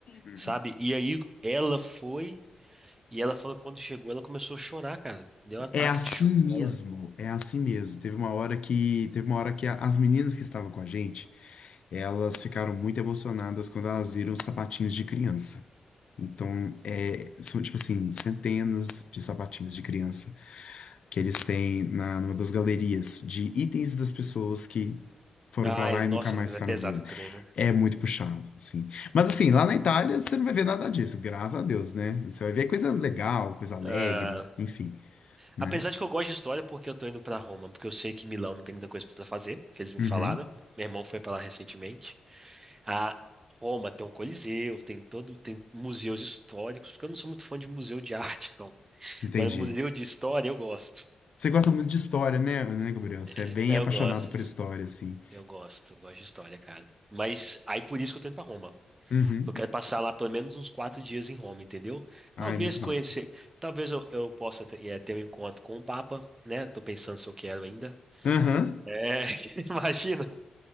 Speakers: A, on the left; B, on the right.
A: Uhum.
B: sabe? E aí ela foi. E ela falou que quando chegou, ela começou a chorar, cara. Deu um ataque
A: É assim
B: de choro
A: mesmo,
B: nela.
A: é assim mesmo. Teve uma hora que, teve uma hora que a- as meninas que estavam com a gente, elas ficaram muito emocionadas quando elas viram os sapatinhos de criança. Então, é, são, tipo assim, centenas de sapatinhos de criança que eles têm na, numa das galerias de itens das pessoas que foram
B: Ai,
A: pra lá
B: nossa,
A: e nunca mais
B: Lucas,
A: ficaram
B: é pesado
A: vivas.
B: o trem, né?
A: É muito puxado, assim. Mas, assim, lá na Itália você não vai ver nada disso, graças a Deus, né? Você vai ver coisa legal, coisa alegre,
B: Ah,
A: enfim, né?
B: apesar de que eu gosto de história, porque eu tô indo pra Roma, porque eu sei que Milão não tem muita coisa pra fazer, que eles me
A: Uhum,
B: falaram. Meu irmão foi pra lá recentemente. A Roma tem um coliseu, tem todo, tem museus históricos, porque eu não sou muito fã de museu de <laughs> arte, não.
A: entendi.
B: Agora, museu de história eu gosto.
A: Você gosta muito de história, né, né, Gabriel? Você
B: É,
A: é bem apaixonado
B: eu gosto.
A: por história, assim.
B: Eu gosto, eu gosto de história, cara. Mas aí por isso que eu tô indo pra Roma.
A: Uhum.
B: Eu quero passar lá pelo menos uns quatro dias em Roma, entendeu?
A: Ai,
B: Talvez
A: muito
B: conhecer,
A: massa.
B: talvez eu, eu possa ter, eh, ter um encontro com o Papa, né? Tô pensando se eu quero ainda.
A: Aham.
B: É, <laughs> imagina.